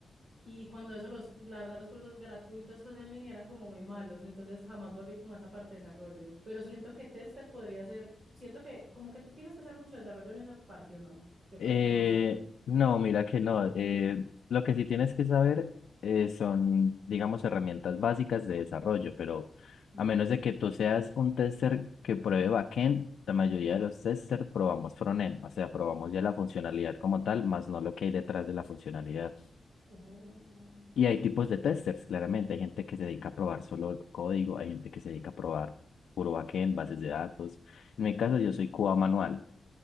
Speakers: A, on the right; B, on the left.
A: Y cuando eso, los, cu- la verdad, los cursos gratuitos pues en línea eran como muy malos, entonces jamás volví como a esa parte de desarrollo. Pero siento que tester podría ser, siento que como que tú tienes que hacer mucho desarrollo en esa parte o no. Yo
B: Eh,
A: creo que no, sí.
B: no, mira que no. Eh, lo que sí tienes que saber eh, son, digamos, herramientas básicas de desarrollo, pero
A: Mm,
B: a menos de que tú seas un tester que pruebe backend, la mayoría de los testers probamos frontend, o sea, probamos ya la funcionalidad como tal, más no lo que hay detrás de la funcionalidad.
A: oh,
B: Y hay tipos de testers, claramente. Hay gente que se dedica a probar solo el código, hay gente que se dedica a probar puro backend, bases de datos. En mi caso, yo soy QA manual